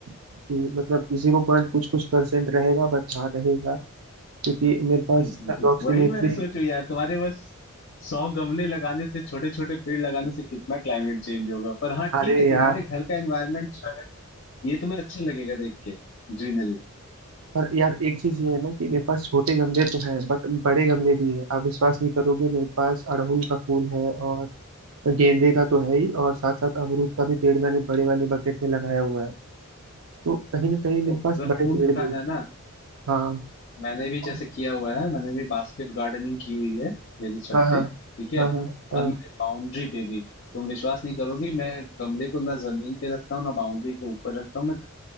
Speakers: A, on the right (about 75°); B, on the left (about 50°).
A: कि मतलब जीरो पॉइंट कुछ कुछ परसेंट रहेगा बट हाँ रहेगा क्योंकि मेरे पास
B: हॉबी
A: अप्रोक्सीमेटली
B: <laughs> वही मैं सोचू यार तुम्हारे बस सौ गमले लगाने से छोटे छोटे पेड़ लगाने से कितना क्लाइमेट चेंज होगा पर हाँ
A: अरे
B: ठीक है
A: यार
B: तुम्हारे घर का एनवायरनमेंट ये तुम्हें अच्छा लगेगा देख के ग्रीनरी
A: पर यार एक चीज ये है ना कि मेरे पास छोटे गमले तो हैं बट बड़े गमले भी हैं आप विश्वास नहीं करोगे मेरे पास अड़हुल का फूल है और तो गेंदे का तो है ही और साथ साथ अमरूद का भी पेड़ मैंने बड़े वाले बकेट में लगाया हुआ है तो कहीं ना कहीं मेरे
B: तो अगर
A: पास बड़े
B: फूल
A: पेड़
B: लगाना
A: भी हैं
B: है ना
A: हाँ
B: मैंने भी जैसे
A: हाँ
B: किया हुआ है मैंने भी बास्केट गार्डनिंग की हुई है मेरी छत
A: हाँ हाँ
B: पे ठीक है
A: हाँ हाँ
B: और मेरे बाउंड्री पे भी तुम विश्वास नहीं करोगी मैं गमले को ना जमीन पे रखता हूँ ना बाउंड्री को ऊपर रखता हूँ मैं